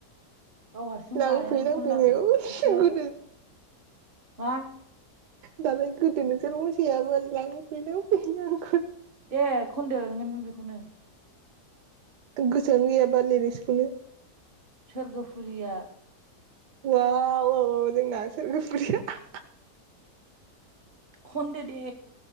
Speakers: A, on the right; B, on the right.
A: गाव हारसिं
B: लांफै
A: बानायनानै
B: लांफै
A: खनलाबायसो
B: होनायखौ गोदो
A: मा
B: दालाय गोदो नोंसोर मोसायामोन लांफै लांफै आं
A: दे खनदो ओंखायनोथन बेखौनो
B: आं गोसोआवनो गैयाबा लिरिक्सखौनो
A: सोरगोफुरिया
B: हुआव औ औ जोंना सोरगोफुरिआ
A: खन्दो दे